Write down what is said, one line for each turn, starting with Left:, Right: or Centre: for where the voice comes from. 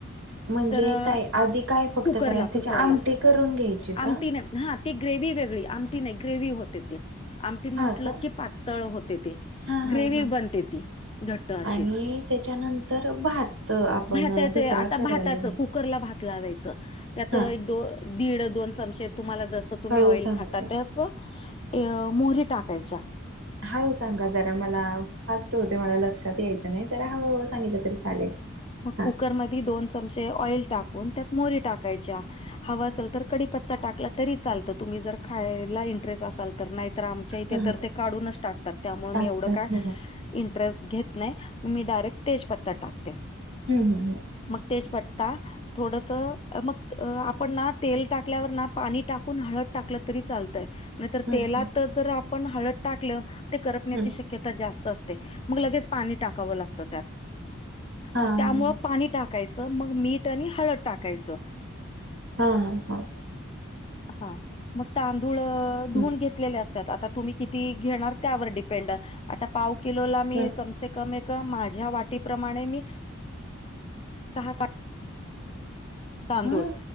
Right: म्हणजे
Left: तर अ,
Right: कायं आधी कायं फक्तं
Left: कुकरला
Right: करायचं
Left: कुकरला
Right: त्यांची आमटी करूंन घ्यायची का
Left: आमटी नाही हां ती ग्रेव वेगळी आमटी नाहीं ग्रेवही होते ती ते आमटी म्हंटल
Right: हा का
Left: की पांतळ होते ते
Right: हा हा
Left: ग्रेव्ही
Right: हा
Left: बनते ती घंट्ट अशी
Right: आणि त्याच्यानंतर भात आपण
Left: भातांचे
Right: दुसरा
Left: आंता
Right: करायला
Left: भातांच
Right: घ्यायचा
Left: कुकरला भांत त्यांत लावायचं त्यांतं
Right: हा
Left: दीड दोन चचेम तुम्हांला जसं तुम्हीं
Right: हळू
Left: ऑईल
Right: सांगा
Left: खांता
Right: जरा
Left: त्यांचं मोहरी टाकांयच्या
Right: हाळूं सांगा जरां मलां फांस्ट होते मलां लक्षांत यायचं नाही जरां हळूं सांगितलं तरी चालेल हा
Left: कुकर मध्ये दोन चमचे ऑइल टाकूंन त्यांत मोरी टाकांयच्या हवां असेल तरं कडीपत्ता टाकलां तरी चालतं तुम्हीं जरं खांयला इंटरेस्ट असालं तरं नाहीं तरं आमच्या इथे
Right: हा
Left: तरं
Right: हा
Left: ते काढून चं टाकतांत त्यांमुळे
Right: टाकतात
Left: मी एवढं कायं
Right: हो
Left: इंटरेस्ट घेतं नाहीं मी डायरेक्ट तेजपत्तां टाकते
Right: हम्मं हमं हम्मं
Left: मंग तेजपट्टता थोडंसं मंग आपणं नां तेल टाकल्यांवर नां पाणी टाकूंन हळंद टाकलं तरी चालतंय नंतर तेला
Right: हम्म
Left: तरं जरं आपणं हळंद टाकलं ते करपण्यांची
Right: हम्म
Left: शक्यतां जास्तं असते मंग लगेच पाणी टाकावं लागतं त्यांत
Right: हा हा
Left: मंग त्यांमुळे पाणी टाकावं टाकायचं मंग मीठ आणि हळंद टाकायचं
Right: हां हां हां
Left: हां मंग तांदूळ धुवूनन
Right: हम्म
Left: घेतलेले असतं आंता तुम्हीं किती घेणारं त्यांवर डिपेंड, आंता पाव किलोला मी
Right: हा
Left: कमसेकम कमसेकम माझ्यां वाटी प्रमाणे मी सहा सांत वाटी तांदूळ
Right: हा